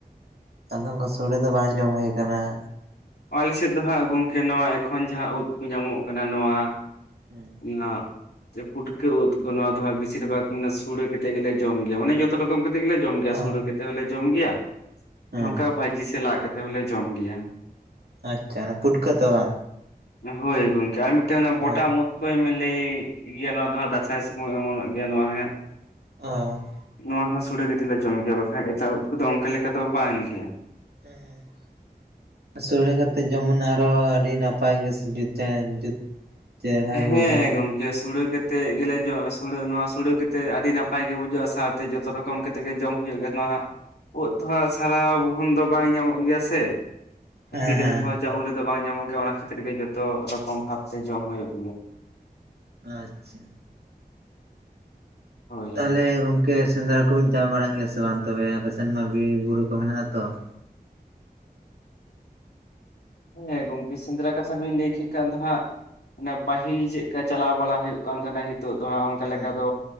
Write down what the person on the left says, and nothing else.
ᱚ ᱟᱞᱮᱥᱮᱫ ᱫᱚ ᱦᱟᱸᱜ ᱜᱚᱝᱠᱮ ᱱᱚᱣᱟ ᱮᱠᱷᱚᱱ ᱡᱟᱦᱟᱸ ᱩᱫ ᱠᱚ ᱧᱟᱢᱚᱜ ᱠᱟᱱᱟ ᱱᱚᱣᱟ
ᱚᱱᱟ ᱪᱮ ᱯᱩᱴᱠᱟᱹ ᱩᱫ ᱠᱚ ᱱᱚᱣᱟ ᱫᱚ ᱦᱟᱸᱜ ᱵᱤᱥᱤᱨ ᱵᱷᱟᱜᱽ ᱢᱟᱱᱮ ᱥᱳᱲᱮ ᱠᱟᱛᱮᱜ ᱜᱮᱞᱮ ᱡᱚᱢ ᱜᱮᱭᱟ ᱢᱟᱱᱮ ᱡᱚᱛᱚ ᱨᱚᱠᱚᱢ ᱠᱟᱛᱮᱜ ᱜᱮᱞᱮ ᱡᱚᱢ ᱜᱮᱭᱟ
ᱥᱩᱲᱮ ᱠᱟᱛᱮ ᱦᱚᱸᱞᱮ ᱡᱚᱢ ᱜᱮᱭᱟ
ᱱᱚᱝᱠᱟ ᱵᱷᱟᱹᱡᱤ ᱥᱮ ᱞᱟᱜ ᱠᱟᱛᱮ ᱦᱚᱞᱮ ᱡᱚᱢ ᱜᱮᱭᱟ ᱾
ᱦᱳᱭ ᱜᱚᱝᱠᱮ ᱟᱨ ᱢᱤᱫᱴᱮᱜ ᱚᱱᱟ ᱵᱚᱴᱟᱢ
ᱩᱫ᱾ ᱦᱳᱭᱮᱢ ᱞᱮᱭᱮᱜ ᱜᱮᱭᱟ ᱱᱚᱣᱟ ᱫᱚ ᱦᱟᱸᱜ ᱫᱟᱸᱥᱟᱭ ᱥᱚᱢᱚᱭ ᱚᱢᱚᱱᱚᱜ ᱜᱮᱭᱟ ᱱᱚᱣᱟ ᱦᱚᱸᱭᱟᱸᱜ
ᱱᱚᱣᱟ ᱦᱚᱸ ᱥᱳᱲᱮ ᱠᱟᱛᱮᱜ ᱞᱮ ᱡᱚᱢ ᱜᱮᱭᱟ ᱵᱟᱠᱷᱟᱡ ᱮᱴᱟᱜ ᱩᱫ ᱠᱚᱫᱚ ᱚᱝᱠᱟ ᱞᱮᱠᱟ ᱫᱚ ᱵᱟᱝ ᱜᱮ ᱾
ᱦᱮᱸ
ᱜᱚᱝᱠᱮ ᱥᱳᱲᱮ ᱠᱟᱛᱮᱜ ᱜᱮᱞᱮ ᱡᱚᱢ ᱥᱳᱲᱮ ᱱᱚᱣᱟ ᱥᱳᱲᱮ ᱠᱟᱛᱮᱜ ᱟᱹᱰᱤ ᱱᱟᱯᱟᱭ ᱜᱮ ᱵᱩᱡᱷᱟᱜ-ᱟ ᱥᱟᱶᱛᱮ ᱡᱚᱛᱚ ᱨᱚᱠᱚᱢ ᱠᱟᱛᱮᱜ ᱜᱮ ᱡᱚᱢ ᱦᱩᱭᱩᱜ ᱜᱮᱭᱟ ᱱᱚᱣᱟ ᱦᱟᱸᱜ ᱳᱫ ᱛᱚ ᱦᱸᱟᱜ ᱥᱟᱨᱟᱣ ᱜᱚᱦᱚᱱ ᱫᱚ ᱵᱟᱝ ᱧᱟᱢᱚᱜ ᱜᱮᱭᱟ ᱥᱮ᱾
ᱛᱤᱨᱮᱢ
ᱠᱷᱚᱡᱟ ᱩᱱ ᱨᱮᱫᱚ ᱵᱟᱝ ᱧᱟᱢᱚᱜ ᱜᱮᱭᱟ ᱚᱱᱟ ᱠᱷᱟᱹᱛᱤᱨ ᱜᱮ ᱡᱚᱛᱚ ᱨᱚᱠᱚᱢ ᱵᱷᱟᱵ ᱛᱮ ᱡᱚᱢ ᱦᱩᱭᱩᱜ-ᱟ ᱾
ᱦᱳᱭ
ᱦᱮᱸ ᱜᱚᱝᱠᱮ ᱥᱮᱸᱫᱽᱨᱟ ᱠᱟᱛᱷᱟ ᱵᱤᱱ ᱞᱟᱹᱭ ᱠᱮᱫ ᱠᱷᱟᱱ ᱫᱚ ᱦᱟᱸᱜ ᱚᱱᱮ ᱯᱟᱹᱦᱤᱞ ᱪᱮᱫ ᱠᱟ ᱪᱟᱞᱟᱣ ᱵᱟᱲᱟ, ᱦᱳᱭᱳᱜ ᱠᱟᱱ ᱛᱟᱦᱮᱱᱟ, ᱱᱤᱛᱚᱜ ᱫᱚ ᱦᱟᱸᱜ ᱚᱱᱠᱟ
ᱞᱮᱠᱟ ᱫᱚ